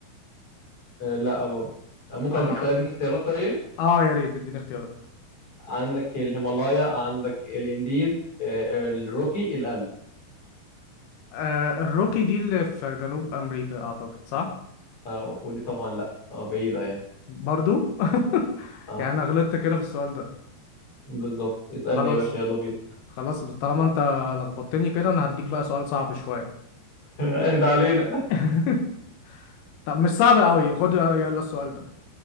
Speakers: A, on the left; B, on the left.
A: آه لا برضه آه، ممكن
B: اه
A: اديك اديك اختيارات طيب
B: اه يا ريت اديني اختيارات
A: عندك الهيمالايا عندك الانديز آه الروكي الألب
B: آه الروكي دي اللي في جنوب امريكا اعتقد صح
A: آه ودي طبعا لا آه بعيدة يعني
B: برضو <laughs>
A: آه
B: يعني انا غلطت كده في السؤال ده
A: بالظبط اسألني
B: خلاص
A: يا باشا يلا بينا
B: خلاص طالما انت لخبطتني كده انا هديك بقى سؤال صعب شوية
A: <laughs> اهدى علينا
B: <laughs> طب مش صعب قوي خد يلا السؤال ده